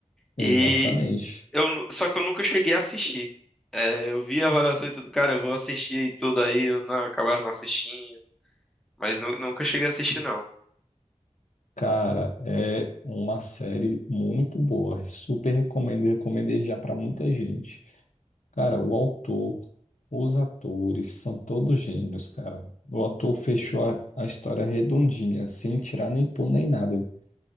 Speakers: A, on the left (about 80°); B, in the centre.
A: Exatamente.
B: E eu, nu- só que eu nunca cheguei a assistir. É, Eu vi a avaliação e tudo, cara, eu vou assistir e tudo aí, eu não, acabava não assistindo, mas nu- nunca cheguei a assistir, não.
A: Cara, é uma série muito boa. Super recomendo, recomendei já pra muita gente. Cara, o autor, os atores são todos gênios, cara. O autor fechou a, a história redondinha, sem tirar nem pôr nem nada.